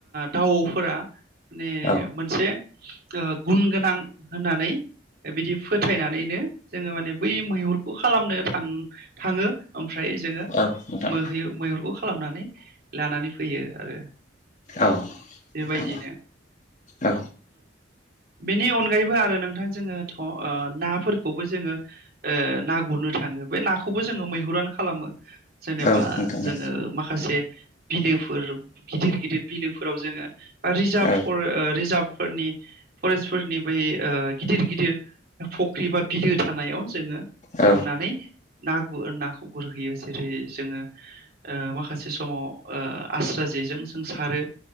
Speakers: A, on the right (about 55°); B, on the left (about 45°).
A: दाउफोरा माने
B: औ
A: मोनसे ओ गुन गोनां होननानै बिदि फोथायनानैनो जोङो माने बै मैहुरखौ खालामनो थां थांङो ओमफ्राय जोंङो
B: औ नोंथां
A: मोहु-मैहुरखौ खालामनानै लानानै फैयो आरो
B: औ
A: बेबायदिनो
B: नोंथां औ
A: बेनि अनगायैबो आरो नोंथां जोङो थ' ओ नाफोरखौबो जोङो ओ ना गुरनो थांङो बे नाखौबो जोङो मैहुरान खालामो। जेनेबा
B: औ नोंथां
A: जोङो माखासे बिलोफोर गिदिर गिदिर बिलोफोराव जोंङो बा रिजार्भफोर
B: औ
A: ओ रिजार्भफोरनि फरेस्टफोरनि बै ओ गिदिर गिदिर फख्रि बा बिलो थानायाव जोंङो
B: औ
A: थांनानै ना गु नाखौ गुरहैयो जेरै जोङो ओ माखासे समाव आस्रा जेजों जों सारो